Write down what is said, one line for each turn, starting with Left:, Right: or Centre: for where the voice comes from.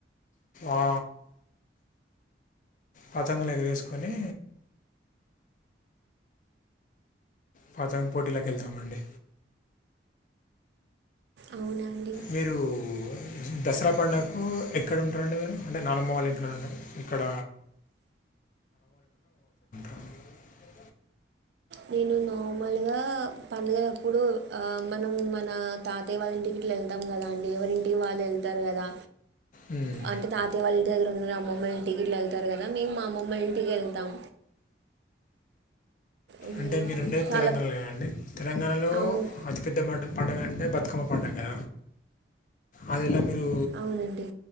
Left: ఆ పతంగులు ఎగరేసుకొని పాతంగ్ పోటీలోకి వెళ్తమండి
Right: అవునా అండి
Left: మీరు దసరా పండుగకు ఎక్కడ ఉంటారండి మీరు అంటే నానమ్మ వాళ్ళు ఇంట్ ఉంటారు అక్కడ <unintelligible>
Right: నేను నార్మల్గ పండుగ లప్పుడు మనం మన తాతయ వాళ్ళ ఇంటికి ఇట్లా వెళ్తాం కదా అండి ఎవరింటికి వాళ్ళు వెళ్తా కదా
Left: మ్మ్.
Right: అంటే తాతవాళ్ళ దగ్గర ఉన్న అమ్మమ్మ ఇంటికి ఇట్లా వెళ్తారు కదా మేము మా అమ్మమ్మ ఇంటికి వెళ్తాం ఉమ్,
Left: అంటే మీరు ఉండేది
Right: చాలా
Left: తెలంగాణలో కదాఅండి తెలంగాణలో
Right: అవును
Left: అతిపెద్ద <unintelligible> పండుగ అంటే బతుకమ్మ పండుగ అది <unintelligible> మీరు
Right: అవునండి